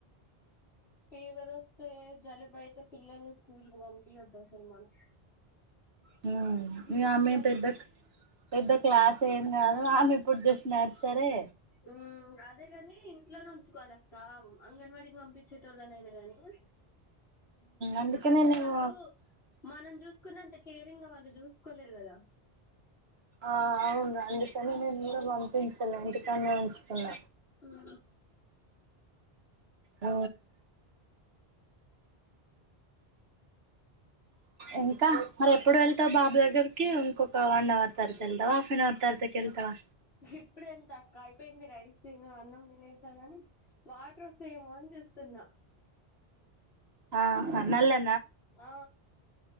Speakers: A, on the left; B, on the right.
A: ఫీవర్ వస్తే జలుబయితే పిల్లల్ని స్కూల్ కు పంపియోద్దసలు మనం
B: హ్మ్ మీ
A: ఇంట్లో
B: ఆమె పెద్దక్ పెద్ద క్లాస్ ఏమి కాదు ఆమె ఇప్పుడు జస్ట్ నర్సరే
A: ఉ అదే గాని ఇంట్లోనే ఉంచుకోవాలి అక్క అంగన్వాడికి పంపించేటోళ్ళునయినా గాని
B: అందుకనే
A: ఎందుకంటే
B: నేను
A: వాళ్ళు మనం చూస్ చూసుకున్నంత కేరింగ్ గా వాళ్ళు చూసుకోలేరు గదా
B: ఆ అవును అందుకని నేను కూడా పంపించలే ఇందుకనే ఉంచ ఉన్న
A: ఆ
B: ఆ ఇంకా మరి ఎప్పుడు వెళ్తావు బాబు దగ్గరికి ఇంకొక వన్ అవర్ తరవత వెళ్తావా హాఫ్ ఏన్ అవర్ తరతకి వెళ్తవ
A: ఇప్పుడేంత తక్కువ అయిపోయింది రైస్ తిని అన్నం తేనేసాను కాని వాటర్ వస్త ఏమో అని చూస్తున్నా
B: ఆ నల్లా
A: ఓ